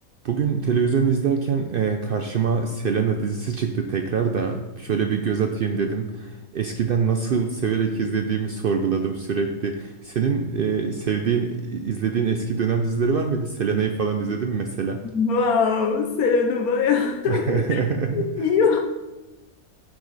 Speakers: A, on the right (about 70°); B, on the left (about 80°).
A: Bugün televizyon izlerken e, karşıma Selena dizisi çıktı tekrar da şöyle bir göz atayım dedim. Eskiden nasıl severek izlediğimi sorguladım sürekli. Senin e, sevdiğin, izlediğin eski dönem dizileri var mıydı? Selena'yı falan izledin mi mesela?
B: Wow, Selen'i bayağı
A: <laughs>
B: <laughs> iyi.